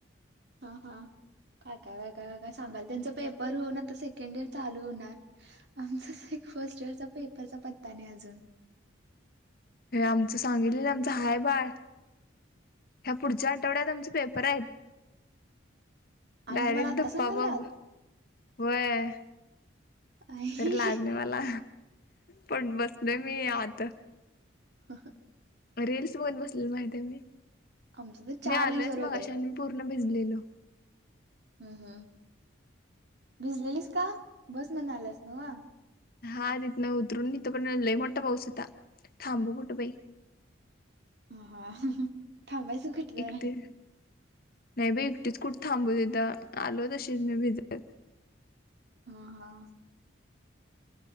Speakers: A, on the right; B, on the left.
A: ह ह. काका काका का काय सांगाल, त्यांचा पेपर होऊन आता सेकंड इयर चालू होणार, आमचं फर्स्ट इयर चा पेपरचा पत्ता नाही अजून.
B: आमच सांगितलेलं, आमच हाय बाळ, ह्या पुढच्या आठवड्यात आमचे पेपर आहेत.
A: आणि
B: डायरेक्ट
A: तुम्हाला आत्ता
B: धप्पा
A: सांगाल्यात
B: बघ, व्हय.
A: आई
B: तर लाज नाही मला, पण बसल मी आत.
A: ह.
B: रीलल्स बघत बसले, माहितेय मी.
A: आमच तर चार
B: मी आलोयच
A: दिवसावर पेपर
B: मगाशन,
A: आहेत.
B: मी पूर्ण भिजलेलो.
A: हम्म हम्म. भिजलेलीस का? बस मधन आलास नव.
B: हा तिथनं उतरून, हा ईथ पण लय मोठा पाऊस होता. थांबू कुठ बाई.
A: हा हा थांबायचं कुठ तर.
B: एकटे नाही ब एकटीच कुठ थांबू तथं आलो तशीच मी भिजत
A: हम हा